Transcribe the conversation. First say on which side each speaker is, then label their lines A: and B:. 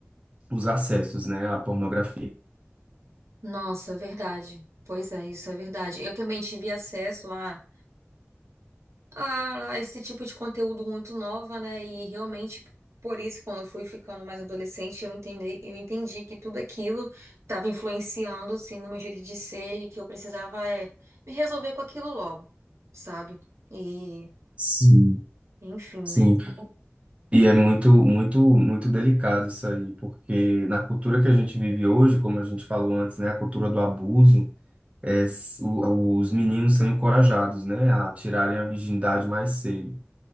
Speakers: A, on the right; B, on the right.
A: os acessos, né, à pornografia.
B: Nossa, é verdade. Pois é, isso é verdade. Eu também tive acesso a. a esse tipo de conteúdo muito nova, né? E realmente, por isso, quando eu fui ficando mais adolescente, eu entendi, eu entendi que tudo aquilo estava influenciando, assim, no meu jeito de ser e que eu precisava é, me resolver com aquilo logo, sabe? E,
A: Sim.
B: enfim,
A: Sim.
B: né?
A: E é muito, muito, muito delicado isso aí, porque na cultura que a gente vive hoje, como a gente falou antes, né, a cultura do abuso, é, s- o- os meninos são encorajados, né, a tirarem a virgindade mais cedo.